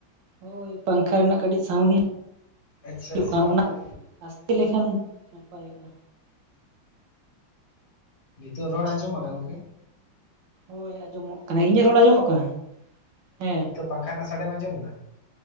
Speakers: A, on the right (about 70°); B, on the left (about 30°).
A: ᱦᱳᱭ ᱯᱟᱝᱹᱠᱷᱟ ᱨᱮᱱᱟᱼᱜ ᱠᱟᱹᱴᱤᱡ ᱥᱟᱣᱩᱱᱰᱹ
B: ᱟᱪᱪᱷᱟ
A: ᱟᱼᱭᱩ
B: ᱟᱪᱪᱷᱟ
A: ᱠᱟᱱ ᱚᱱᱟ ᱟᱥᱛᱮ ᱞᱮᱹᱠᱷᱟᱱ ᱱᱟᱯᱟᱭᱚᱜᱼᱟ
B: ᱱᱤᱛᱚᱼᱜ ᱨᱚᱲᱹ ᱟᱸᱡᱚᱢᱚᱸᱜ ᱠᱟᱱᱟ ᱱᱟ ᱜᱚᱝᱹᱠᱮ
A: ᱦᱳᱭ ᱟᱸᱡᱚᱢᱚᱼᱜ ᱠᱟᱱᱟ ᱤᱧᱟᱹᱜ ᱨᱚᱲ ᱟᱸᱡᱚᱢᱚᱼᱜ ᱠᱟᱱᱟ ᱦᱮᱸ
B: ᱯᱟᱝᱹᱠᱷᱟ ᱨᱮᱹᱱᱟᱹ ᱥᱟᱹᱰᱮᱢ ᱟᱸᱡᱚᱢ ᱮᱫᱟᱹ